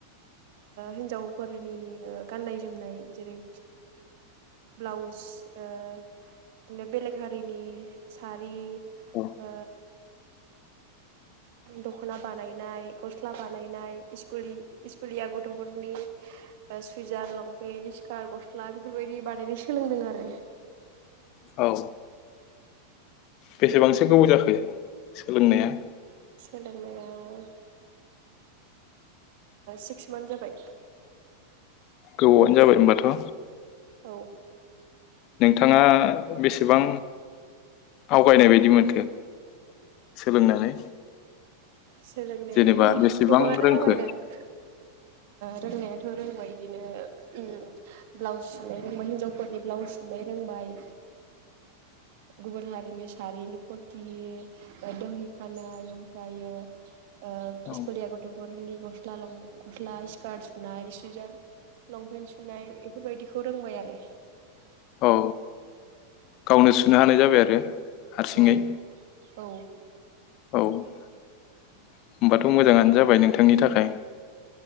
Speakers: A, on the right (about 50°); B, on the left (about 40°).
A: हिन्जावफोरनि गाननाय जोमनाय जेरै ब्लाउस बिदिनो बेलेग हारिनि सारि
B: औ
A: ओ दख'ना बानायनाय गस्ला बानायनाय सस्कुुलिया गथ'फोरनि सुइजार लंपेन्ट स्कार्ट गस्ला बेफोरबायदि बानायनाय सोलोंदों आरो
B: औ बेसेबांसो गोबाव जाखो सोलोंनाया
A: सोलोंनाया सिक्स मान्थ जाबाय
B: गोबावानो जाबाय होमबाथ'
A: औ
B: नोंथाङा बेसेबां आवगायनाय बायदि मोनखो सोलोंनानै
A: सोलोंनायाथ'
B: जेनेबा बेसेबां
A: गोबाङानो
B: रोंखो
A: आवगायदों रोंनायाथ' रोंबाय बिदिनो ब्लाउस सुनाय रोंबाय हिनजावफोरनि ब्लाउस सुनाय रोंबाय गुबुन हारिनि सारिनि फुरथि दहि खानाय ओमफ्रायो <inaudible> <unintelligible> आ
B: औ
A: इस्कुलिया गथफोरनि गस्ला लं गस्ला स्कार्ट सुनाय सुइजार लंपेन्ट सुनाय बेफोरबायदिखौ रोंबाय आरो
B: औ गावनो सुनो हानाय जाबाय आरो हारसिङै
A: औ औ
B: औ होनबाथ' मोजाङानो जाबाय नोंथांनि थाखाय